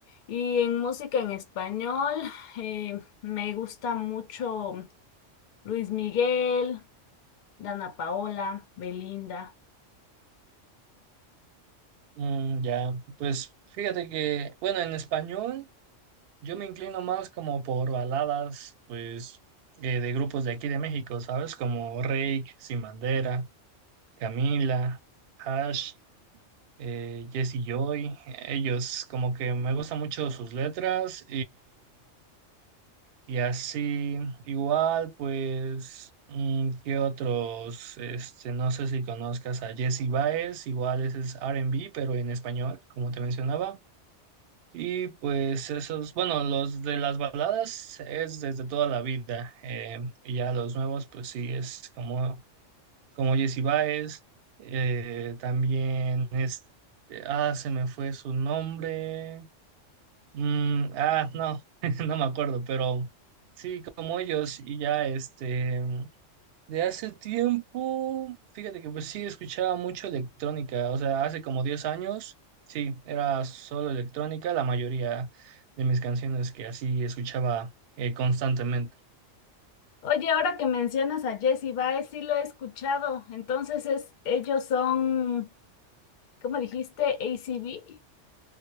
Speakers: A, on the left; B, on the right.
A: Y en música en español, eh, me gusta mucho Luis Miguel, Dana Paola, Belinda.
B: Mm, ya, pues fíjate que, bueno, en español yo me inclino más como por baladas, pues, eh, de grupos de aquí de México, ¿sabes? Como Reik, Sin Bandera, Camila, Hash, eh, Jesse Joy. Ellos, como que me gustan mucho sus letras Y así, igual, pues, mm, ¿qué otros? Este, no sé si conozcas a Jesse Baez, igual ese es R&B, pero en español, como te mencionaba. Y pues esos, bueno, los de las baladas es desde toda la vida. eh, y ya los nuevos, pues sí, es como, como Jesse Baez. eh, también es, ah, se me fue su nombre. Mm, ah, no, <laughs> no me acuerdo, pero sí, como ellos, y ya este, de hace tiempo, fíjate que pues sí escuchaba mucho electrónica, o sea, hace como 10 años, sí, era solo electrónica, la mayoría de mis canciones que así escuchaba eh, constantemente.
A: Oye, ahora que mencionas a Jessie Baez, sí lo he escuchado. Entonces es, ellos son, ¿cómo dijiste? ACB,